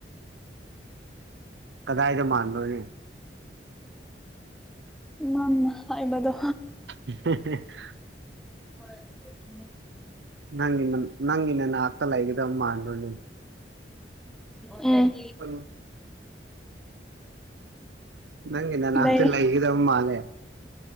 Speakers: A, on the right; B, in the centre.
A: ꯀꯗꯥꯏꯗ ꯃꯥꯟꯗꯣꯔꯤ
B: ꯅꯪꯅ ꯍꯥꯢꯕꯗꯣ
A: <unintelligible>
B: ꯍꯣꯢ ꯑꯗꯨꯒꯤꯅꯦ
A: ꯅꯪꯒꯤ ꯅꯪꯒꯤ ꯅꯅꯥꯛꯇ ꯂꯩꯒꯗꯕ ꯃꯥꯟꯕ꯭ꯔꯣꯅꯦ
B: ꯑꯝ
A: ꯑꯂꯨ ꯅꯪꯒꯤ ꯅꯅꯥꯛꯇ
B: ꯂꯩ
A: ꯂꯩꯒꯗꯕ ꯃꯥꯜꯂꯦ